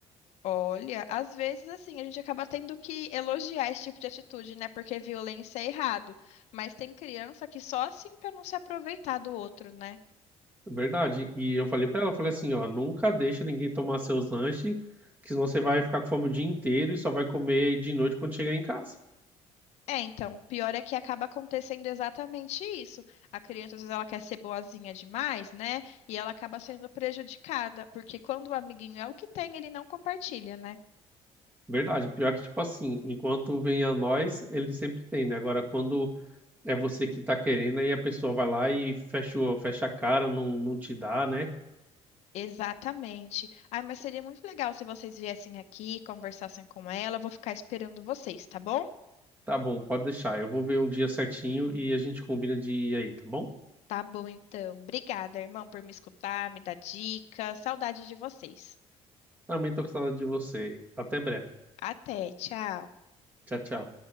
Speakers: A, on the left; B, on the right.
A: Olha, às vezes assim, a gente acaba tendo que elogiar esse tipo de atitude, né? Porque violência é errado. Mas tem criança que só assim pra não se aproveitar do outro, né?
B: Verdade. E eu falei pra ela, eu falei assim, ó, nunca deixa ninguém tomar seus lanches, que senão você vai ficar com fome o dia inteiro e só vai comer de noite quando chegar em casa.
A: É, então, o pior é que acaba acontecendo exatamente isso. A criança, às vezes, ela quer ser boazinha demais, né? E ela acaba sendo prejudicada, porque quando o amiguinho é o que tem, ele não compartilha, né?
B: Verdade. Pior que, tipo assim, enquanto vem a nós, ele sempre tem, né? Agora, quando é você que tá querendo, aí a pessoa vai lá e fecha, o- fecha a cara, não, não te dá, né?
A: Exatamente. Ah, mas seria muito legal se vocês viessem aqui, conversassem com ela. Eu vou ficar esperando vocês, tá bom?
B: Tá bom, pode deixar. Eu vou ver um dia certinho e a gente combina de ir aí, tá bom?
A: Tá bom, então. Obrigada, irmão, por me escutar, me dar dica. Saudade de vocês.
B: Também tô com saudade de você. Até breve.
A: Até, tchau.
B: Tchau, tchau.